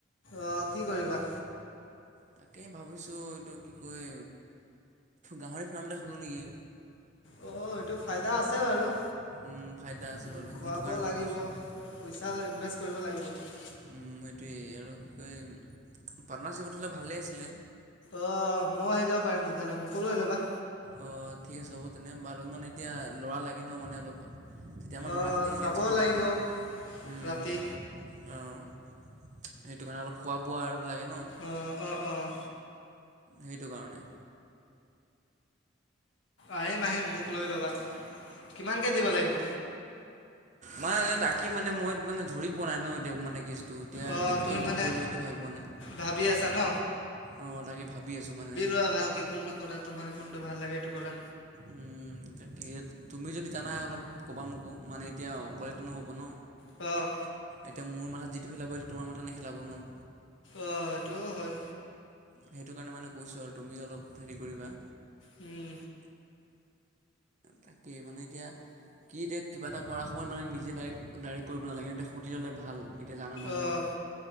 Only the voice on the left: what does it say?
অ', কি কৰিবা?
অ', এইটো ফাইদা, আছে বাৰু।
কিন্তু
খুৱাব
লাগিব
অলপ পইচা ইনভেষ্ট কৰিব লাগিব।
অ', ময়ো আহি যাব পাৰিম। তেতিয়াহ'লে মোকো লৈ ল'বা।
অঁ
চাব
লাগিব
ৰাতি
অ', অ, অ,।
আহিম, আহিম, মোক লৈ ল'বা, কিমানকে দিব লাগিব?
অঁ
তুমি
মানে
ভাবি আছা ন
ভালকৈ কোনটো কৰা, তোমাৰ কোনটো ভাল লাগে এইটো কৰা।
অ'।
আহ, এইটোৱেও হ'য়।
উম।
অ',